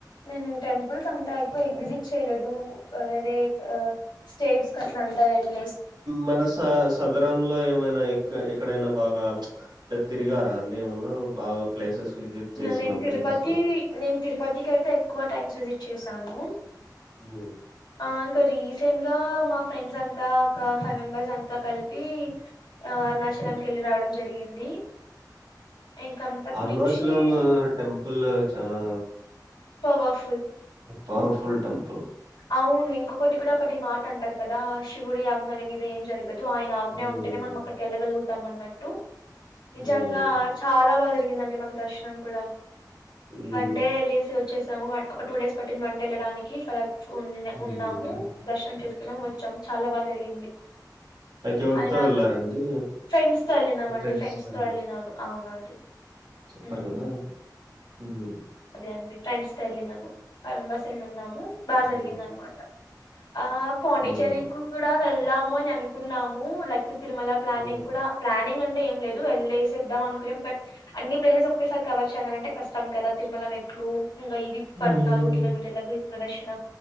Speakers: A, on the left; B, on the right.
A: నేను టెంపుల్స్ అంత ఎక్కువ విజిట్ చేయలేదు వేరే ఆ స్టేట్స్ కట్ల అంత వెల్లా
B: మన స సదరంలో ఏమైన ఎక్కడైన బాగా తిరిగారా అంటే ఏమన్నా బాగా ప్లేసెస్ విజిట్ చేసిన
A: నేను
B: ప్లేసెస్
A: తిరుపతి
B: ఏమన్నా?
A: నేను తిరుపతికి అయితే ఎక్కువ టైమ్స్ విజిట్ చేస్తాను స్తాను
B: హ్మ్.
A: ఆంగరీ రీసెంట్ గా మా ఫ్రెండ్స్ అంతా ఒక ఫైవ్ మెంబర్స్ అంత కలిపి అరుణాచలంకి వెళ్ళి రావడం జరిగి జరిగింది ఇంక అంతకు
B: అరుణాచల్
A: మించి
B: <unintelligible> టెంపుల్ చాలా
A: పవర్ఫుల్
B: పవర్ఫుల్ టమ్
A: అవును ఒక్కటి ఇక్కడ్ ఒకటి మాట అంటారు కదా శివుడి ఆజ్ఞ లేనిదె ఏం జరగ్ గదు ఆయన ఆజ్ఞ
B: హ్మ్.
A: ఉంటేనే మనం అక్కడికి వెళ్గ గల్గుతాం అన్నట్ టు నిజంగా
B: హ్మ్.
A: చాల బాగ జరిగిందండి మాక్ దర్శనం కూడ
B: హ్మ్.
A: వన్ డే లీవ్స్ చేసాము వన్ ఒక టూ డేస్ పట్టింది వన్ డే వెళ్ళడానికి ఇక్కడ ఉ
B: హ్మ్.
A: ఉన్నాము దర్శనం చేస్ వచ్చాం చాలా బాగా జరిగింది
B: లైక్ ఎవటితో
A: ఆయన
B: వెళ్ళారండి
A: ఫ్రెండ్స్‌తో ఎళ్ళినామండి.
B: ఫ్రెండ్స్
A: ఫ్రెండ్స్‌తో
B: తో
A: ఎళ్ళినాను. అవునండి.
B: చెప్పారు
A: హ్మ్.
B: కదా హుమ్
A: అదే అండి ఫ్రెండ్స్ తో ఎళ్ళినను ఫైవ్ మెంబెర్స్ ఎళ్ళిన్నాము బాగ
B: హ్మ్.
A: జరిగిందనమాట ఆ పాండిచ్చేరి
B: హ్మ్.
A: కు కూడా వెల్దాము అని అనుకున్నాము లైక్ తిరుమల ప్లానింగ్
B: హ్మ్.
A: కూడా ప్లానింగ్ అంటే ఏం లేదు వెళ్ళే సొద్దాం అనుకున్నాం కానీ బట్ అన్ని ప్లేసెస్ ఒకేసారి కవర్ చేయాలంటే కష్టం కదా తిరుమల మెట్లు ఇంగ ఇది
B: హ్మ్.
A: పద్నాలుగు కిలోమీటర్ లకు ప్రదక్షిణ